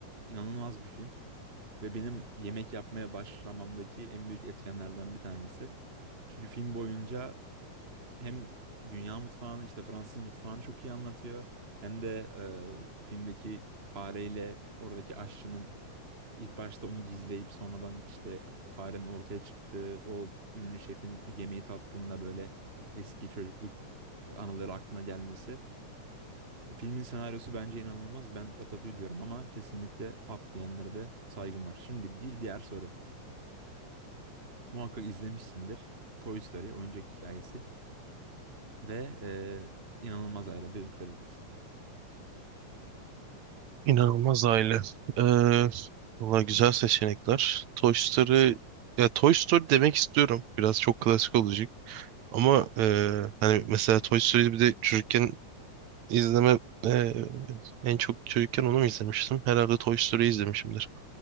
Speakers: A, on the right; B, on the right.
A: inanılmaz bir film ve benim yemek yapmaya başlamamdaki en büyük etkenlerden bir tanesi. Çünkü film boyunca hem dünya mutfağını işte Fransız mutfağını çok iyi anlatıyor hem de e, filmdeki fareyle oradaki aşçının İlk başta onu gizleyip sonradan işte farenin ortaya çıktığı o ünlü şefin yemeği tattığında böyle eski çocukluk anıları aklına gelmesi. Filmin senaryosu bence inanılmaz. Ben Ratatouille diyorum ama kesinlikle Up diyenlere de saygım var. Şimdi bir diğer soru. Muhakkak izlemişsindir. Toy Story oyuncak hikayesi ve e, inanılmaz aile The Incredibles.
B: İnanılmaz aile. Ee, valla güzel seçenekler. Toy Story ya Toy Story demek istiyorum. Biraz çok klasik olacak. Ama e, hani mesela Toy Story bir de çocukken İzleme e, en çok çocukken onu mu izlemiştim? Herhalde Toy Story izlemişimdir.